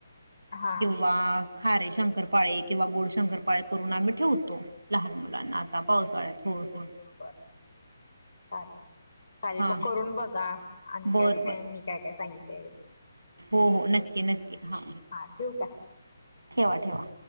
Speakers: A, on the left; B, on the right.
A: हम्म हा
B: किंवा खारे शंकरपाळे किंवा गोड शंकरपाळे करून आम्ही ठेवतो. लहान मुलांना आता पावसाळ्यात होळ होळ
A: बर.. चालेल, चालेल
B: हा
A: मग करून बघा. आणि
B: बर
A: काय
B: बर
A: मी काय-काय सांगितल्यालं.
B: हो, हो. नक्की, नक्की हा
A: हां ठेवू काय
B: ठेवा, ठेवा.